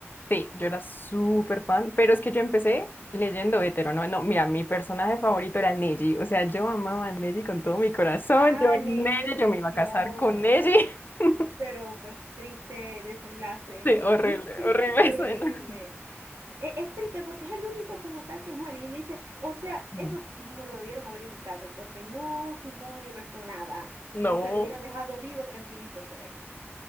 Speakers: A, on the left (about 45°); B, on the right (about 75°).
A: Sí, yo era súper fan, pero es que yo empecé leyendo hetero, ¿no? No, mira, mi personaje favorito era Neji, o sea, yo amaba a Neji con todo mi corazón,
B: Ah,
A: yo
B: Neji
A: Neji,
B: es precioso,
A: yo me iba a casar con Neji.
B: pero,
A: <laughs>
B: pero pues triste desenlace de
A: Sí,
B: Neji.
A: horrible, horrible
B: <laughs> Horrible.
A: <laughs> suena.
B: E- Es, triste porque es el único como tal que muere. Y uno dice, o sea,
A: Mm.
B: eso no lo debieron haber evitado porque no sumó ni restó nada.
A: No.
B: O sea, lo hubieran dejado vivo tranquilito por allí.